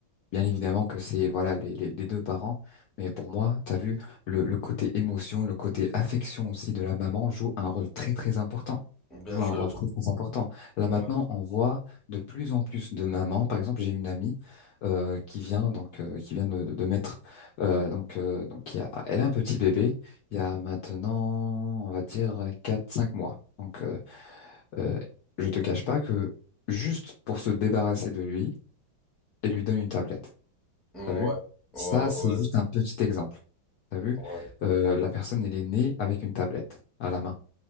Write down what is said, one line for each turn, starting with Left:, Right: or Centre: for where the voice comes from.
Left: Bien évidemment que c'est voilà les, les, les deux parents, mais pour moi, t'as vu, le, le côté émotion, le côté affection aussi de la maman joue un rôle très très important.
Centre: Bien
Left: Joue
Centre: sûr.
Left: un rôle très très important. Là
Centre: Ouais.
Left: maintenant, on voit de plus en plus de mamans. Par exemple, j'ai une amie euh, qui vient donc euh, qui vient de, de de mettre euh, donc euh, donc il y a, elle a un petit bébé. Il y a maintenant, on va dire quatre cinq mois. Donc euh, euh, je te cache pas que juste pour se débarrasser de lui, elle lui donne une tablette.
Centre: Mm,
Left: T'as vu?
Centre: Ouais. Ouais,
Left: Ça, c'est
Centre: ouais,
Left: juste un petit exemple. T'as vu?
Centre: ouais.
Left: Euh, la personne, elle est née avec une tablette à la main.